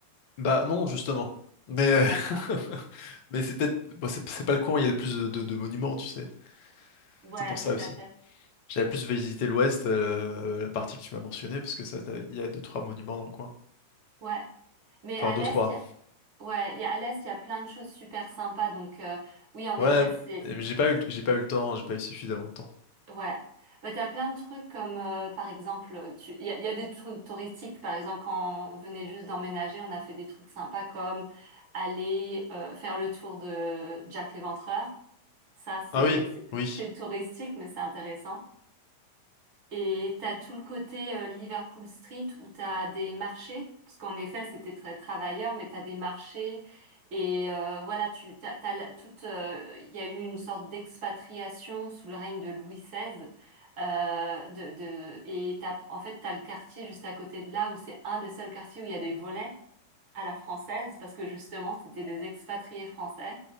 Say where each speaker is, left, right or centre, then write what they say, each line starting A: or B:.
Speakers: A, on the left (about 50°); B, on the right (about 40°).
A: Bah non, justement. Mais, euh,
B: D'accord.
A: <laughs> mais c'est peut-être, bon, c'est c'est pas le coin où il y a le plus de, de- de monuments, tu sais.
B: Ouais,
A: C'est pour ça
B: tout
A: aussi.
B: à fait.
A: J'avais plus visité l'Ouest, euh, la partie que tu m'as mentionnée, parce que ça, t'as- il y a deux, trois monuments dans le coin.
B: Ouais. Mais
A: Enfin,
B: à
A: deux,
B: l'Est,
A: trois.
B: il y a... ouais, il y a, à l'Est, il y a plein de choses super sympas. Donc, euh, oui, en
A: Ouais,
B: effet, c'est,
A: mais mais j'ai pas eu, le- j'ai pas eu le temps, j'ai pas eu suffisamment de temps.
B: ouais. Bah, t'as plein de trucs comme, euh, par exemple, tu, il y a, il y a des trucs touristiques. Par exemple, quand on venait juste d'emménager, on a fait des trucs sympas comme aller, euh, faire le tour de Jack l'Éventreur. Ça, c'est,
A: Ah oui,
B: c'est
A: oui.
B: c'est touristique, mais c'est intéressant. Et t'as tout le côté euh, Liverpool Street où t'as des marchés, parce qu'en effet c'était très travailleur, mais t'as des marchés et euh, voilà, tu t'as, t'as la- toute, euh, il y a eu une sorte d'expatriation sous le règne de Louis XVI, euh, de, de et t'as en fait t'as le quartier juste à côté de là où c'est un des seuls quartiers où il y a des volets à la française, parce que justement c'était des expatriés français